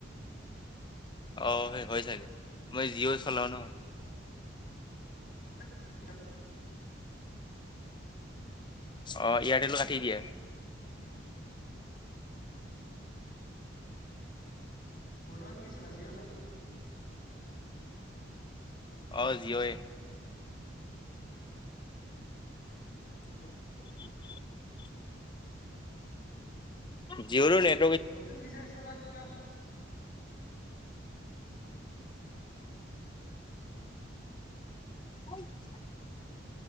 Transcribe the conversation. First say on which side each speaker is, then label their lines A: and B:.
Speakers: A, on the left (about 25°); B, on the left (about 50°).
A: অ সেই হয় চাগে মই জিঅ' চলাও ন।
B: কি <unintelligible>
A: অ ইয়াতেলটো কাটি দিয়ে <unintelligible>
B: উম উম। <unintelligible> বৰ্তমান কি চলা জিঅ' চলা।
A: অ জিঅ।
B: উম <unintelligible>
A: <unintelligible> <inaudible> জিঅ নেট।
B: নতুন ফিচাৰছ থকা কিবা।
A: <unintelligible>